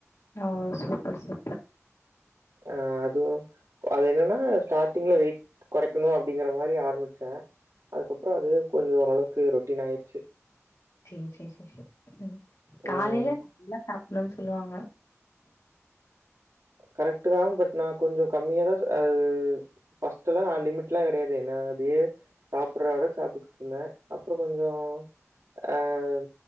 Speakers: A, on the left; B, on the right.
A: ஓ சூப்பர் சூப்பர்.
B: அஹ அதுவு அது என்னன்னா ஸ்டார்டிங்ல வெயிட் குறைக்கணு அப்படிங்கிற மாரி ஆரம்பிச்சே அதுக்கப்புறோ அதுவே கொஞ்சோ ஓரளவுக்கு ரொட்டீன் ஆயிருச்சு.
A: சேரி சேரி சேரி சேரி உம். காலைல
B: ம்
A: நல்லா சாப் டனு சொல்லுவாங்க.
B: கரெக்ட்டு தா பட் நா கொஞ்ச கம்மியா தா அ பர்ஸ்ட் எல்லா லிமிட்ல்லா கெடையாது என்ன அப்டியே சாப்பிடறாரு சாப்பிட்டுகிட்டு இருந்தே அப்புற கொஞ்சோ ஆஹ